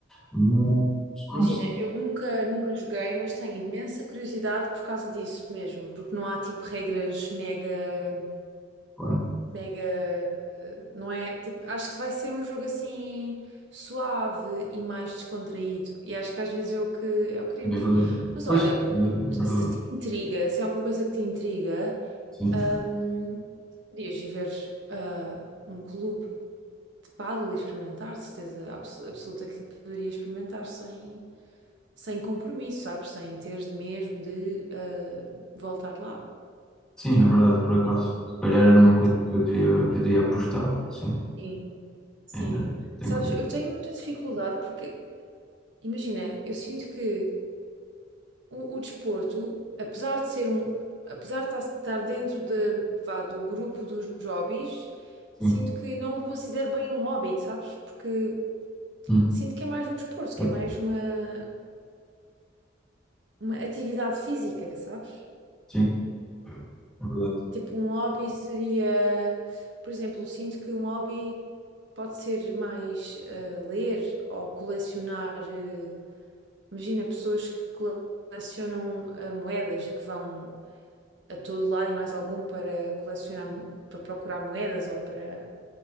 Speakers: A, in the centre; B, on the right.
A: Mas, mas,
B: Imagina, eu nunca, nunca joguei, mas tenho imensa curiosidade por causa disso mesmo, porque não há tipo regras mega.
A: pá,
B: mega, não é? Tipo, acho que vai ser um jogo assim suave e mais descontraído. E acho que às vezes é o que é o que queremos.
A: é verdade.
B: Mas
A: Pois,
B: olha,
A: é verdade.
B: se te intriga, se é uma coisa que te intriga,
A: Sim,
B: hum, podias ir ver ah, um clube de pádel e experimentar, de certeza abs- absoluta que poderias experimentar sem, sem compromisso, sabes? Sem teres de mesmo de ah, voltar lá.
A: sim, é verdade, por acaso. Se calhar era uma
B: Parece.
A: coisa que eu devia, que eu devia apostar. Sim,
B: Sim, sim.
A: ainda tenho
B: Sabes,
A: que ver.
B: eu tenho muita dificuldade porque Imagina, eu sinto que o, o desporto, apesar de ser um, apesar de estar estar dentro de, vá, do grupo dos hobbies,
A: Sim,
B: sinto que não o considero bem um hobby, sabes? Porque
A: Hum.
B: sinto que é mais um desporto, que
A: é,
B: é mais uma, uma atividade física, sabes?
A: Sim, é verdade.
B: Tipo, um hobby seria, por exemplo, sinto que um hobby pode ser mais eh, ler ou colecionar. eh, imagina pessoas que cole- colecionam ah, moedas e que vão a todo lado e mais algum para colecionar, mo- para procurar moedas ou para.